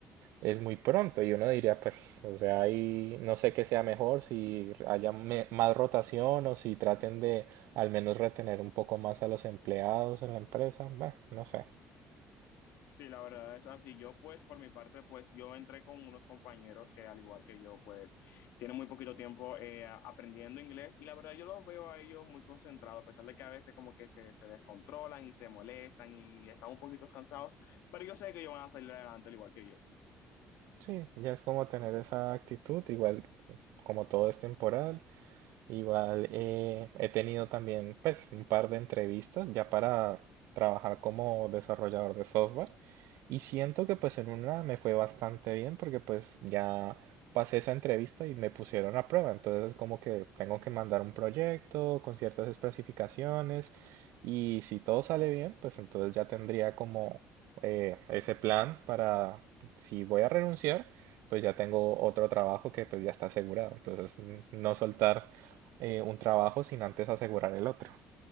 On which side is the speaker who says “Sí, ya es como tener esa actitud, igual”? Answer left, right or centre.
Right